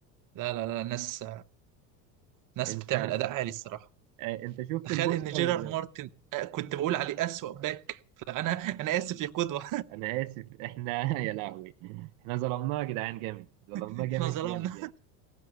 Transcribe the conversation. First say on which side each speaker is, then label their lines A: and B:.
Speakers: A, on the right; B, on the right.
A: لا لا لا ناس ناس
B: انت
A: بتعمل اداء عالي الصراحه
B: آه انت شفت
A: تخيل
B: البوستر
A: ان جيرارد مارتن آه، كنت بقول عليه اسوأ باك فانا انا اسف يا قدوه
B: انا اسف احنا <laughs> يا لهوي احنا ظلمناه يا جدعان جامد ظلمناه
A: <laughs>
B: جامد
A: احنا ظلمنا
B: جامد يعني